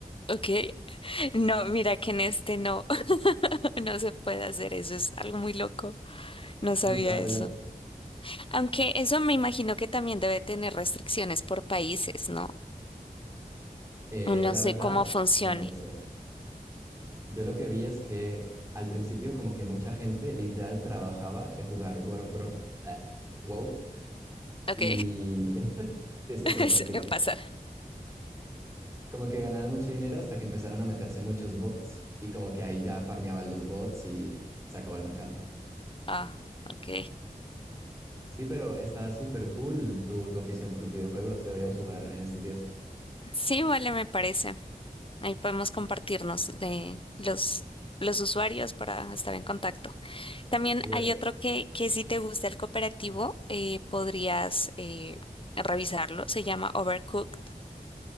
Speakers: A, on the left; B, on the right.
A: ok. <laughs> No, mira que en este no, <laughs> no se puede hacer eso, es algo muy loco. No
B: Sí,
A: sabía
B: estaba re
A: eso.
B: loco.
A: Aunque eso me imagino que también debe tener restricciones por países, ¿no?
B: Eh,
A: No
B: la
A: sé
B: verdad,
A: cómo funcione.
B: no lo sé. Yo lo que vi es que al principio como que mucha gente literal trabajaba de jugar World of Warcraft, ah, WoW,
A: Ok,
B: y <laughs> es que
A: <laughs>
B: se me complica.
A: suele pasar.
B: como que ganaban mucho dinero hasta que empezaron a meterse muchos bots y como que ahí ya farmeaban los bots y se acabó el mercado.
A: Ah, ok.
B: Sí, pero está súper cool tu, tu afición por los videojuegos. Deberíamos jugar en estos días.
A: Sí, vale, me parece. Ahí podemos compartirnos de los, los usuarios para estar en contacto. También
B: Oye,
A: hay
B: ¿de,
A: otro que, que si te gusta el cooperativo, eh, podrías eh, revisarlo. Se llama Overcooked.